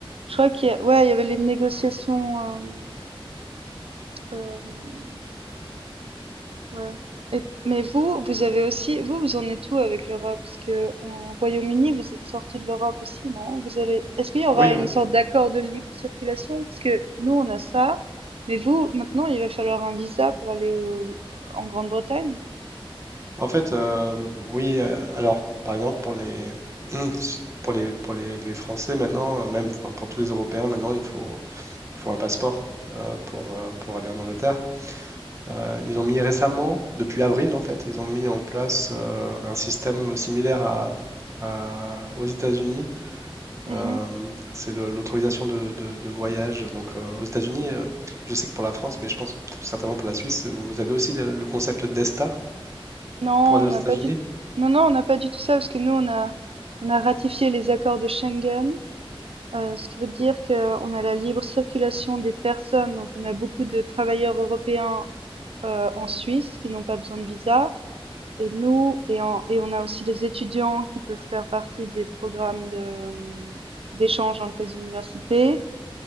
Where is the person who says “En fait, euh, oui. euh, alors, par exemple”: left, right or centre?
Right